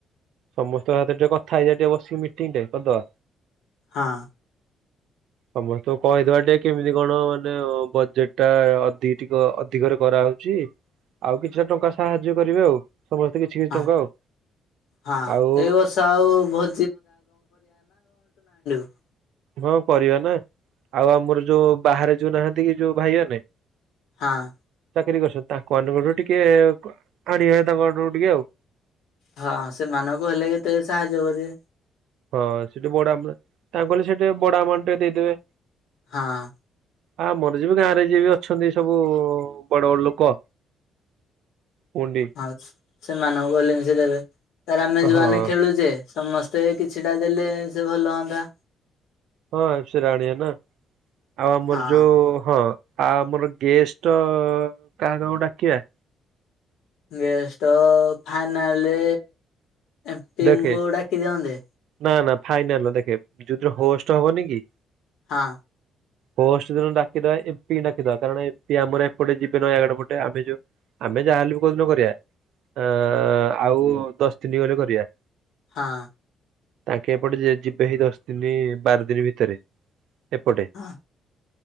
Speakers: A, on the right; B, on the left.
A: ସମସ୍ତଙ୍କ ସାଥିରେ ଟିକେ କଥା ହେଇଯାଇଥିବା ବସିକି ମିଟିଂଟେ କରିଦବା।
B: ହଁ।
A: ସମସ୍ତଙ୍କ କହିଦବା ଟିକେ କେମିତି କଣ ମାନେ ଅ ବଜେଟଟା ଅଧିକ ଟିକେ ମାନେ ଅଧିକରେ କରାହେଉଚି ଆଉ କିଛିଟା ଟଙ୍କା ସାହାଯ୍ୟ କରିବେ ଆଉ। ସମସ୍ତେ କିଛି କିଛି
B: ହଁ
A: ଟଙ୍କା ଆଉ
B: ହଁ
A: ଆଉ
B: ଏଇ ବର୍ଷ ଆଉ ଭୋ <unintelligible>
A: ହଁ କରିବା ନା, ଆଉ ଆମର ଯୋଉ ବାହାରେ ଯୋଉ ନାହାନ୍ତି କି ଯୋଉ ଭାଇ ମାନେ
B: ହାଁ।
A: ଚାକିରି କରିସନ୍ତି, ତାଙ୍କ ମାନଙ୍କଠୁ ଟିକେ ଆଣିବା ତାଙ୍କମାନଙ୍କୁ ଟିକେ ଆଉ।
B: ହଁ ସେମାନଙ୍କୁ କହିଲେ କେତେବେଳେ ସାହାର୍ଯ୍ୟ କରିବେ।
A: ହଁ ସେଠି ବଡ ଆମଉ ତାଙ୍କୁ କହିଲେ ସେ ଟିକେ ବଡ ଆମାଉଣ୍ଟ ଟିକେ ଦେଇଦେବେ।
B: ହଁ।
A: ଆମର ଯିବି ଗାଁ ରେ ଯିଏ ବି ଅଛନ୍ତି ସବୁ ବଡ ବଡ ଲୋକ କୁହନ୍ତି
B: ହଁସ ସେମାନଙ୍କୁ କହିଲେମି ସେ ଦେବେ। ଆମେ ଯୋଉମାନେ
A: ହଁ
B: ଖେଳୁଛେ ସମସ୍ତେ କିଛିଟା ଦେଲେ ସେ ଭଲ ହଅନ୍ତା।
A: ହଁ ସେରା ଆଣିନା। ଆଉ ଆମର
B: ହଁ।
A: ଯୋଉ ହଁ ଆଉ ଆମର ଗେଷ୍ଟ କାହା କାହାକୁ ଡାକିବା?
B: ଗେଷ୍ଟ ଫାଇନାଲି ଏମପିଙ୍କୁ
A: ଦେଖେ
B: ଡାକି ଦିଅନ୍ତେ।
A: ନା ନା ଫାଇନାଲ ଦେଖେ, ଯୋଉଦିନ ହୋଷ୍ଟ ହବନି କି
B: ହଁ।
A: ହୋଷ୍ଟ ଦିନ ଡାକିଦବା ଏମପିଙ୍କି ଡାକିଦବା। କାରଣ ଏମପି ଆମର ଏପଟେ ଯିବେ ନୟାଗଡ ପଟେ। ଆମେ ଯୋଉ ଆମେ ଯାହାହଲେ ବି କୋଉଦିନ କରିଆ ଆଁ ଆଉ ଦଶ ଦିନି ଗଲେ କରିବା।
B: ହଁ।
A: ତାଙ୍କେ ଏପଟେ ଯିବେ ଦଶ ଦିନି ବାର ଦିନି ଭିତରେ। ଏପଟେ,
B: ହଁ